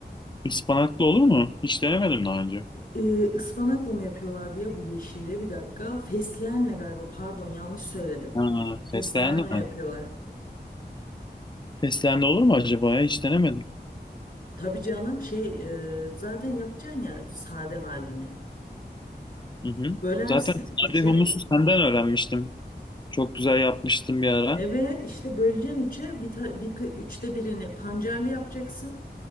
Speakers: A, on the left; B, on the left.
A: Ispanaklı olur mu? Hiç denemedim daha önce.
B: Ee, ıspanakla mı yapıyorlardı ya bu yeşili bir dakika. Fesleğenle galiba pardon yanlış söyledim.
A: Ha,
B: Fesleğenle
A: fesleğenli
B: yapıyorlar.
A: mi? Fesleğenli olur mu acaba ya? Hiç denemedim.
B: Tabii canım şey e, zaten yapacaksın ya sade halini.
A: Hı hı.
B: Bölersin
A: Zaten sade
B: üçe.
A: humusu senden öğrenmiştim. Çok güzel yapmıştım bir ara.
B: Evet işte böleceksin üçe bir, ta- bir kı- üçte birini pancarlı yapacaksın.